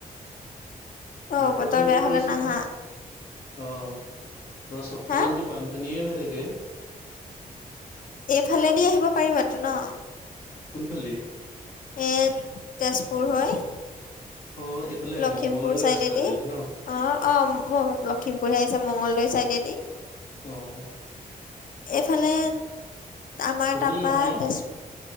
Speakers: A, on the left; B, on the left.
A: অ
B: বতৰটো
A: বতৰ
B: সেইটো
A: বেয়া
B: কৰিছে
A: হলে নাহা
B: যে, অ, ধৰা চবফালে
A: হা
B: যদি বান পানীয়ে হৈ থাকে।
A: এইফালেদি আহিব পাৰিবাতো ন'?
B: কোন ফাল দি?
A: এ তেজপুৰ হৈ।
B: অ', এইফালে
A: লখিমপুৰ
B: মংগলদৈত
A: চাইডেদি
B: ৰাস্তাটো দি ন'।
A: অ', অ, মোৰ লখিমপুৰহে আহিছে মংগলদৈ চাইডেদি।
B: অ',
A: এফালে, আমাৰ
B: সেইফালে
A: তাৰপা
B: নহয় ন
A: তেজ,